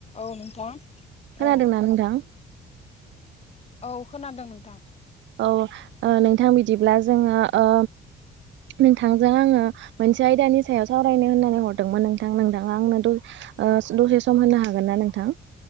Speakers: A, on the left; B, on the right.
A: औ नोंथां।
B: खोनादोंना
A: औ
B: नोंथां?
A: औ खोनादों नोंथां।
B: औ ओ नोंथां बिदिब्ला जोङो ओ नोंथांजों आङो मोनसे आयदानि सायाव सावरायनो होननानै हरदोंमोन नोंथां नोंथाङा आंनो द ओ दसे सम होनो हागोन ना नोंथां?